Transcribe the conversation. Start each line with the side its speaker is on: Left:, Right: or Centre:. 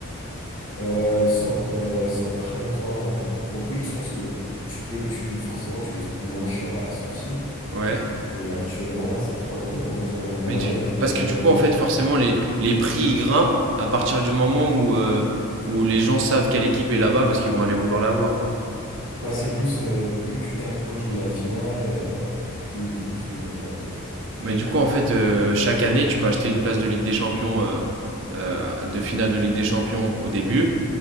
Left: Euh, elles sortent, euh, elles sortent très longtemps avant. hein. Donc oui, je pense que tu peux, tu forcément, tu les trouves moins chères à la sortie.
Right: Ouais.
Left: Mais actuellement, ouais, c'est 3000 euros. Ouais, j'avais regardé
Right: Mais du-
Left: avec un
Right: parce
Left: ami
Right: que du
Left: à
Right: coup,
Left: moi.
Right: en fait,
Left: et-
Right: forcément, les, les prix ils grimpent à partir du moment où, euh, où les gens savent quelle équipe est là-bas parce qu'ils vont aller vouloir la voir.
Left: Bah, c'est plus, euh, plus tu t'approches de la finale, euh, plus les prix vont grimper en fait.
Right: Mais du coup, en fait, euh, chaque année, tu peux acheter une place de Ligue des Champions, euh, euh, de finale de Ligue des Champions au début.